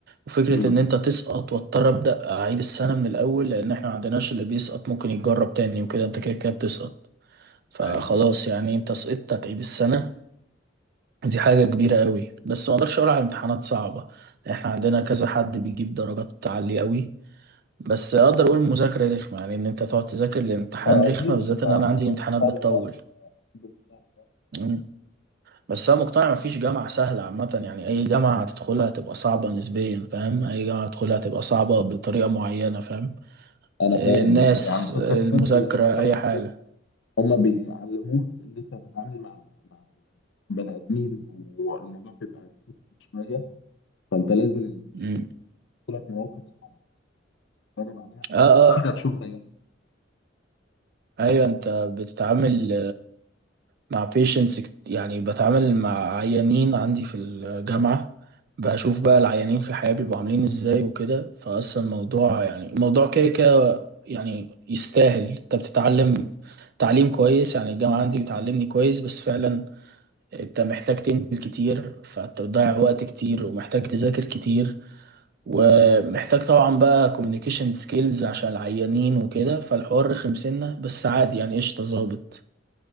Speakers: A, on the right; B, on the left.
A: وفكرة
B: مم.
A: إن أنت تسقط واضطر أبدأ أعيد السنة من الأول لأن إحنا معندناش اللي بيسقط ممكن يتجرب تاني وكده أنت كده كده بتسقط فخلاص
B: ايوه
A: يعني أنت سقطت هتعيد السنة دي حاجة كبيرة قوي بس ما اقدرش اقول على امتحانات صعبة احنا عندنا كذا حد بيجيب درجات عالية قوي بس اقدر اقول المذاكرة رخمة يعني ان انت تقعد تذاكر الامتحان
B: اه اكيد
A: رخمة بالذات
B: انت الموضوع
A: ان انا عندي امتحانات
B: مش سهل
A: بتطول
B: خالص الموضوع مش سهل خالص.
A: مم. بس انا مقتنع مفيش جامعة سهلة عامة يعني اي جامعة هتدخلها هتبقى صعبة نسبيا فاهم اي جامعة هتدخلها هتبقى صعبة بطريقة معينة فاهم
B: انا
A: آه،
B: فاهم
A: الناس
B: بس يعني فكره
A: آه، المذاكرة
B: طب لان انت برضه
A: اي حاجة
B: هم بيعلموك ان انت هتتعامل مع مع يعني بني ادمين والموضوع بيبقى كتير شويه فانت لازم
A: مم.
B: لازم تجيلك مواقف صعبه تتفرج عليها
A: اه
B: اكيد
A: اه
B: هتشوف زيها
A: ايوه انت بتتعامل مع patients كت- يعني بتعامل مع عيانين عندي في الجامعة بشوف بقى العيانين في الحياة بيبقوا عاملين ازاي وكده فأصلا الموضوع يعني الموضوع كده كده يعني يستاهل انت بتتعلم تعليم كويس يعني الجامعة عندي بتعلمني كويس بس فعلا انت محتاج تنزل كتير فانت بتضيع وقت كتير ومحتاج تذاكر كتير ومحتاج طبعا بقى communication skills عشان العيانين وكده فالحوار رخم سنة بس عادي يعني قشطة ظابط